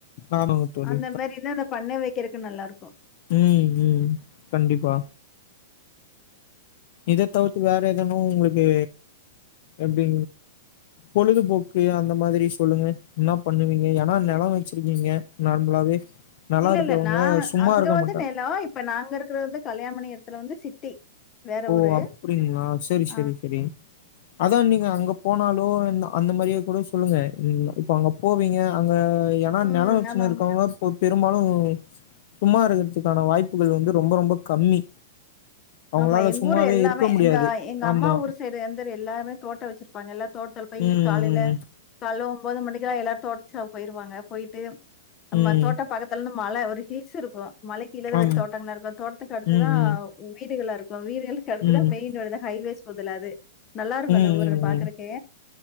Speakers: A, on the left; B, on the left.
A: ஆமாங்க தோழி.
B: அந்த மாதிரி இருந்தா அந்த பண்ணை வைக்கிறதுக்கு நல்லா இருக்கும்
A: உம் உம் கண்டிப்பா இதை தவிர்த்து வேற எதனும் உங்களுக்கு எப்படி பொழுதுபோக்கு அந்த மாதிரி சொல்லுங்க என்ன பண்ணுவீங்க ஏனா நிலம் வச்சுருக்கீங்க நார்மலாவே நெலம்
B: இல்ல
A: இருக்கவங்க
B: இல்ல நான்
A: சும்மா
B: அங்க
A: இருக்க
B: வந்து
A: மாட்டாங்க
B: நிலம் இப்ப நாங்க இருக்குறது வந்து கல்யாணபண்ணி இடத்துல வந்து சிட்டி வேற
A: ஓ
B: ஊரு.
A: அப்டிங்களா சேரி சேரி
B: ஆ.
A: சேரி அதான் நீங்க அங்க போனாலோ இந்த அந்த மாரியே கூட சொல்லுங்க நீங்க இப்ப அங்க போவீங்க அங்க ஏனா
B: ம்.
A: நிலம் வச்சுனு
B: ஆமாமா.
A: இருக்கவங்களா சொத்து பெரும்பாலும் சும்மா இருக்கிறதுக்கான வாய்ப்புகள் வந்து ரொம்ப ரொம்ப கம்மி அவங்களால
B: ஆமா எங்க
A: சும்மாவே
B: ஊர் எல்லாமே
A: இருக்க முடியாது
B: எங்க எங்க
A: ஆமா
B: அம்மா ஊர் சை இது எந்துரு எல்லாருமே தோட்ட வச்சிருப்பாங்கல்லா தோட்டத்துல போய்
A: ம்
B: காலைல கால்ல ஒம்போது மணிக்குலா எல்லாரு தோட்டச்சாவு போயிருவாங்க போய்ட்டு நம்ம
A: ம் ம்
B: தோட்ட பக்கத்துலனு மல ஒரு ஹில்ஸ் இருக்கு மலக்கீழ தா
A: ஆமா
B: வெறு தோட்டங்களா இருக்கு தோட்டத்துக்கு அடுத்துதா
A: ம் ம்
B: உ வீட்டுகளா இருக்கு வீடுகளுக்கு அடுத்துதா
A: ம்
B: மெயின் ரோடு இந்த ஹைவேஸ் போதுல அது நல்லா இருக்கு
A: ம்
B: அந்த ஊரு
A: ம்
B: பாக்குறக்கே
A: ம்